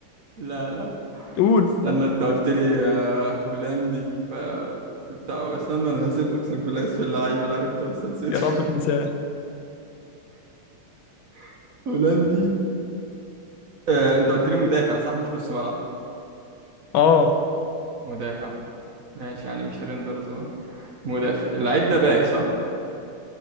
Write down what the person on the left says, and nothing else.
قول
يا رب تنساه
اه